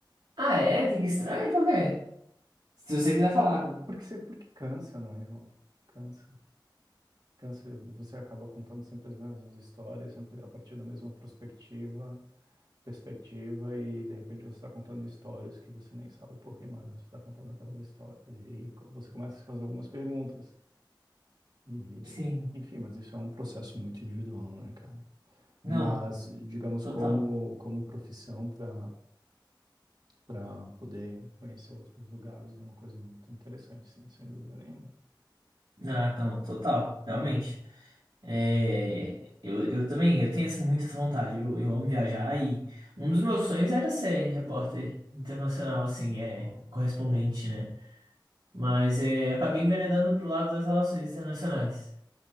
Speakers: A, on the right; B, on the right.
A: Ah, é? Fica estranho? Por quê? Se você quiser falar, claro.
B: Porque, você, porque cansa, né, João? Cansa. Cansa. Você acaba contando sempre as mesmas histórias, sempre a partir da mesma perspectiva, perspectiva, e de repente você está contando histórias que você nem sabe por que mais você está contando aquelas histórias. E aí co- você começa a se fazer algumas perguntas. E,
A: Sim.
B: enfim, mas isso é um processo muito individual, né, cara?
A: Não,
B: Mas, digamos,
A: total.
B: como, como profissão para para poder conhecer outros lugares é uma coisa muito interessante, sim, sem dúvida nenhuma.
A: Ah, não, total, realmente.
B: Hum.
A: É, eu, eu também, eu tenho essa, muito essa vontade. Eu, eu amo viajar e um dos meus sonhos era ser repórter internacional, assim, é,
B: Ó.
A: correspondente, né? Mas é, acabei enveredando pro lado das relações internacionais.